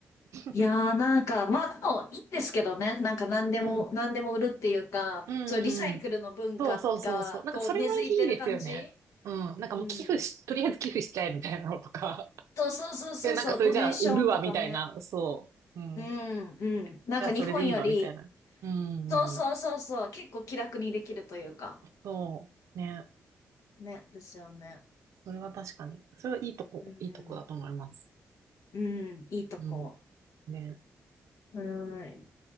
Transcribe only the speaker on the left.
いやーなんか、まあでもいいんですけどね。なんか何でも、
何でも売るっていうか、
そう、リサイクルの文化が、
こう、根付いてる感じ
うん。
そうそうそうそうそう、
ドネーションとかね。
うん、うん。なんか日本より、
そうそうそうそう、結構気楽にできるというか。
ね、ですよね。
うん、
うん、いいとこ。
うん。